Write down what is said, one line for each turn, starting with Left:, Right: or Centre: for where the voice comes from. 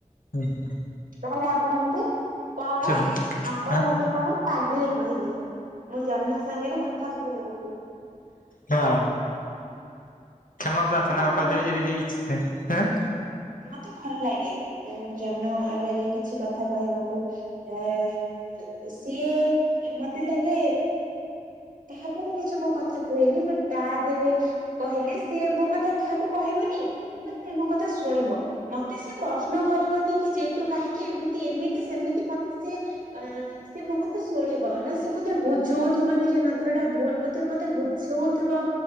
Left: ହୁଁ ହୁଁ
Right: ତାହେଲେ ଆପଣ ମୋତେ କଣ
Left: ନୁହେଁ
Right: ଆପଣ
Left: ହଁ
Right: ମୋତେ କଣ ପାଗିଳୀ କହିଲେ ମୁଁ ଜହ୍ନ ସାଙ୍ଗରେ କଥା ହେବି ବୋଲି
Left: ହଁ କ୍ଷମା ପ୍ରାର୍ଥନା
Right: ମତେ ଭଲ
Left: କରିଦେବେ ଯଦି
Right: ମୋତେ ଭଲ ଲାଗେ ଉ ଜହ୍ନ ଆଗରେ କିଛି କଥା କହିବାକୁ ଏ ସିଏ ମତେ ଲାଗେ କାହାକୁ ମୁଁ କିଛି ମୋ କଥା କୁହେନି ବଟ ତା ଆଗରେ କହିଲେ ସିଏ ମୋ କଥା କାହାକୁ କହିବନି କିନ୍ତୁ ସିଏ ମୋ କଥା ଶୁଣିବ। ମତେ ସେ ପ୍ରଶ୍ନ କରିବନି କି ଯେତୁ କାହିଁକି ଏମିତି ଏମିତି ସେମିତି ମତେ ସେ ଅ ସେ ମୋ କଥା ଶୁଣିବ ନା ସେ ମତେ ବୁଝଉଥିବ କି ତୋର ଏଇଟା ଭୁଲ ମତେ ମତେ ବୁଝଉଥିବ।